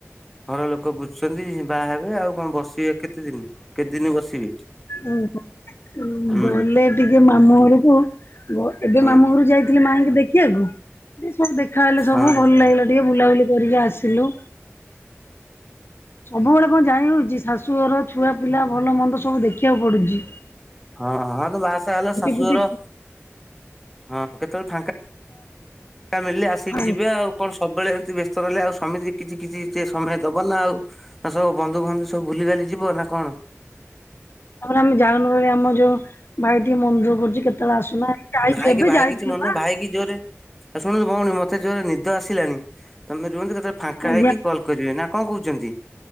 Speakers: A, in the centre; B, on the left.
A: ଘର ଲୋକ ବୁଝୁଛନ୍ତି, ବାହା ହେବେ ଆଉ କଣ ବସିବେ? କେତେ ଦିନ, କେତେ ଦିନ ବସିବେ?
B: ଉଁ ହ।
A: ହୁଁ
B: ଗଲେ ଟିକେ ମାମୁଁ ଘରକୁ, ଏବେ
A: ହଁ
B: ମାମୁଁ ଘରକୁ ଯାଇଥିଲି ମାାଇଁକି ଦେଖି ଖିଆକୁ, ଟିକେ ସବ୍ ଦେଖା ହେେଲେ ସବୁ
A: ହଁ
B: ଭଲ ଲାଗିଲା, ଟିକେ ବୁଲାବୁଲି କରିକି ଆସିଲୁ। ସବୁବେଳେ କଣ ଯାଇ ହଉଚି। ଶାଶୁଘର ଛୁଆ ପିଲା ଭଲ ମନ୍ଦ ସବୁ ଦେଖିବାକୁ ପଡୁଚି।
A: ହଁ ହଁ ତ ବାହାସା ହେଲ ଶାଶୁଘର
B: ଫୁଟି
A: ହଁ କେତେବେଳେ ଫାଙ୍କା ମିଳିଲେ ଆସିକି
B: ତାପରେ
A: ଯିବେ ଆଉ କଣ। ସବୁବେଳେ ଏମିତି ବ୍ୟସ୍ତ ରହିଲେ ଆଉ ସମିତି କିଛି କିଛି ଯେ ସମୟ ଦବନା ଆଉ ନା ସବୁ ବନ୍ଧୁ ବାନ୍ଧ ସବୁ ଭୁଲିିଭାଲି ଯିବ ନା କଣ?
B: ହଁ ପରା ଆମେ ଯାଉନୁ ବୋଲି ଆମ ଯୋଉ ଭାଇ ଟି ମନ ଦୁଃଖ କରୁଚି କେତେବେଳେ ଆସୁନ। ଯାଇଚି
A: ଭାଇ
B: ଏବେ
A: କି ଭାଇ
B: ଯାଇଥିଲୁ
A: କିଛି ମନେ
B: ପା।
A: ଭାଇ କିି ଜୋରେ ଆଉ ଶୁଣନ୍ତୁ ଭଉଣୀ ମୋତେ ଜୋରେ ନିଦ ଆସିଲାଣି। ତୋମେ ରୁହନ୍ତୁ କେ ଯ ଫାଙ୍କା
B: ଆଜ୍ଞା।
A: ହେଇକି କଲ୍ କରିବେ ନା କଣ କହୁଛନ୍ତି?